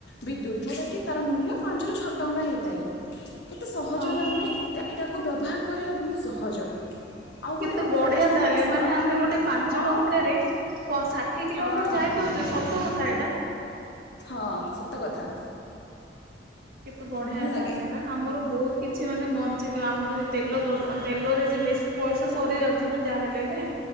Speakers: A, on the left (about 65°); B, on the right (about 55°).
A: ବିଦ୍ୟୁତ୍ ଯୋଉଟା କି ତାର ମୂଲ୍ୟ ପାଞ୍ଚ ରୁ ଛଅ ଟଙ୍କା ହେଇଥାଏ କେତେ ସହଜରେ
B: ଓହୋ
A: ଆମେ ଏଟା ଏଇଟା କୁ ବ୍ୟବହାର କରିବା ବହୁତ୍ ସହଜ। ଆଉ ଗୋଟେ
B: କେତେ
A: କଥା
B: ବଢିଆ
A: ଯେଉଁମାନେ
B: ତାହେଲେ
A: ସର
B: ମାନେ ଆମେ ଗୋଟେ ପାଞ୍ଚ
A: ହଁ
B: ଟଙ୍କାରେ ପ ଷାଠିଏ କିଲୋମିଟର
A: ହଁ
B: ଯାଇପାରୁଚେ ସତ କଥା ଏଇଟା।
A: ହଁ ସତ କଥା।
B: କେତେ ବଢିଆ
A: ଭଲ ଲାଗେ
B: ତାହେଲେ। ନା ଆମର ବହୁତ କିଛି ମାନେ ବଞ୍ଚିଯିବ ଆମର ଯେ ତେଲ ଦର ତେଲରେ ଯେ ବେଶୀ ପଇସା ସରିଯାଉ ଚିନା ଯାହା ହେଲେ ହେଲେ